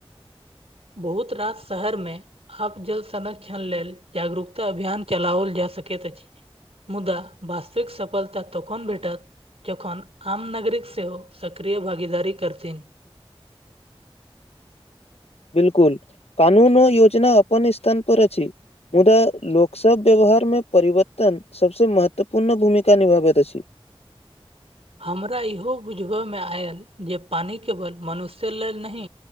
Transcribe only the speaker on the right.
बहुत रास शहर मे आब जल संरक्षण लेल जागरूकता अभियान चलाओल जा सकैत अछि मुदा वास्तविक सफलता तकन भेटत जखन आम नागरिक सेहो सक्रिय भागीदारी करथिन
हमरा इहो बुझबय मे आयल जे पानि केवल मनुष्य नहि